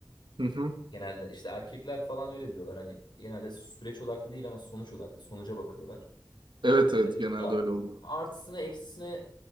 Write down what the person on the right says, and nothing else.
Hı hı.
Evet
evet genelde
öyle oluyor.